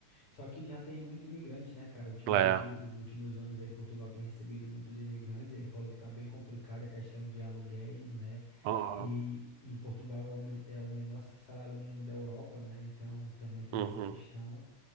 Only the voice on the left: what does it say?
Só que já tem muito imigrante, né, cara? Ultimamente,
o- os últimos anos aí, Portugal tem recebido muitos imigrantes. Ele falou que tá bem complicada a questão de aluguéis, né?
E, e Portugal é o, me- é o menor salário mínimo da Europa, né? Então também tem
essa questão.